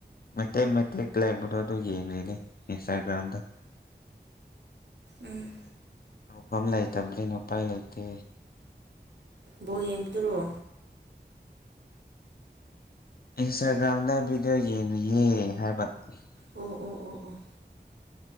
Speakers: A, on the left; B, on the right.
A: ꯃꯇꯦꯛ ꯃꯇꯦꯛ ꯀ꯭ꯂꯥꯏꯕꯗꯣ ꯑꯗꯨ ꯌꯦꯡꯅꯦ ꯏꯟꯁꯇꯥꯒ꯭ꯔꯥꯝꯗ
B: ꯎꯝ
A: ꯅ ꯐꯝꯂꯥꯏꯇꯕ꯭ꯔꯦ ꯅꯄꯥꯒꯥꯏꯇꯦ
B: ꯕꯣ ꯌꯦꯡꯕꯤꯗꯔꯣ
A: ꯏꯟꯁꯇꯥꯒ꯭ꯔꯥꯝꯗ ꯚꯤꯗꯤꯑꯣ ꯌꯦꯡꯂꯤꯌꯦ ꯍꯥꯏꯕꯅꯤ
B: ꯑꯣ ꯑꯣ ꯑꯣ ꯑꯣ